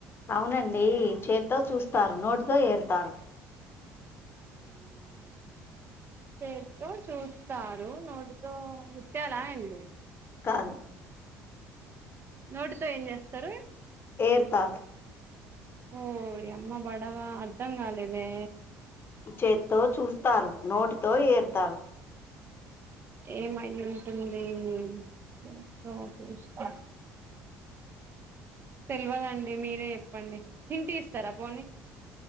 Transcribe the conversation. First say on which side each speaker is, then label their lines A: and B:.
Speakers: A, on the left (about 40°); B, on the right (about 40°).
A: అవునండి చేత్తో చూస్తారు నోటితో ఏరుతారు
B: చేతో చూస్తారు నోటితో ముత్యాల ఏంది
A: కాదు
B: నోటితో ఏం చేస్తారు
A: ఏరుతారు
B: ఓ యామ్మ బడవ అర్ధం కాలేదే
A: చేత్తో చూస్తారు నోటితో ఏరుతారు
B: ఏం అయ్ ఉంటుంది చేత్తో చూస్తా తెల్వదండి మీరే చెప్పండి హింట్ ఇస్తారా పోనీ